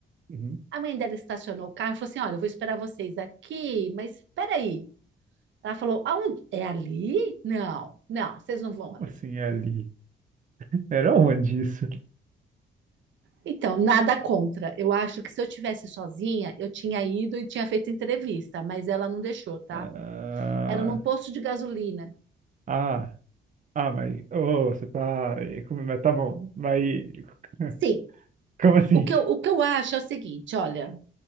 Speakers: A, on the right; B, on the right.
A: uhum,
B: A mãe dela estacionou o carro e falou assim: Olha, eu vou esperar vocês aqui, mas peraí. Ela falou: Aonde? É ali? Não, não, vocês não vão
A: como
B: ali.
A: assim é ali? Era onde isso?
B: Então, nada contra. Eu acho que se eu tivesse sozinha, eu tinha ido e tinha feito entrevista, mas ela não deixou, tá?
A: Ah,
B: Era num posto de gasolina.
A: ah. Ah, mas ô, você tá. eh, como- Mas tá bom. Mas <laughs>
B: Assim,
A: como assim?
B: o que eu, o que eu acho é o seguinte: olha,